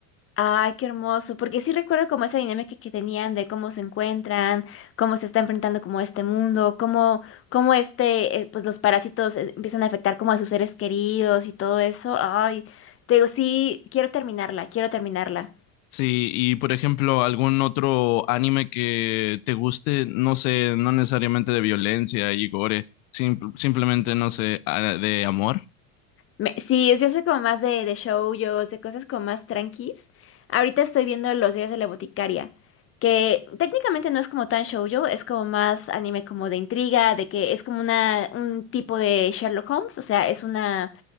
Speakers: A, on the left (about 30°); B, on the left (about 65°).
A: Ay, qué hermoso, porque sí recuerdo como esa dinámica que tenían de cómo se encuentran, cómo se está enfrentando como este mundo, cómo, cómo este, eh, pues los parásitos eh, empiezan a afectar como a sus seres queridos y todo eso. Ay, te digo, sí, quiero terminarla, quiero terminarla.
B: Sí, y por ejemplo, algún otro anime que te guste, no sé, no necesariamente de violencia y gore, sim- simplemente, no sé, a- de amor.
A: Me- sí, es- yo soy como más de, de shoujos, de cosas como más tranquis. Ahorita estoy viendo Los Diarios de la Boticaria, que técnicamente no es como tan shoujo, es como más anime como de intriga, de que es como una, un tipo de Sherlock Holmes, o sea, es una